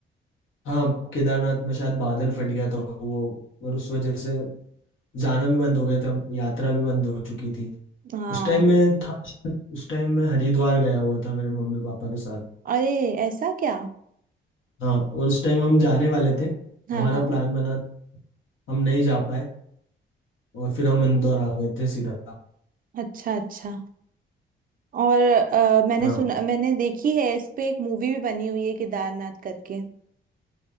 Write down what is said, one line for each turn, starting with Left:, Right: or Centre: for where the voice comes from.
Left: हाँ केदारनाथ में शायद बादल फट गया था वो और उस वजह से जाना भी बंद हो गया था यात्रा भी बंद हो चुकी थी
Right: हाँ
Left: उस टाइम में था उस टाइम में हरिद्वार गया हुआ था मेरे मम्मी पापा के साथ
Right: अरे ऐसा क्या
Left: हाँ और उस टाइम हम जाने वाले थे
Right: हाँ
Left: हमारा
Right: हाँ
Left: प्लान बना हम नहीं जा पाए और फिर हम इंदौर आ गए थे सीधा
Right: अच्छा अच्छा और अ, मैंने
Left: हाँ
Right: सुना मैंने देखी है इस पे एक मूवी भी बनी हुई है केदारनाथ करके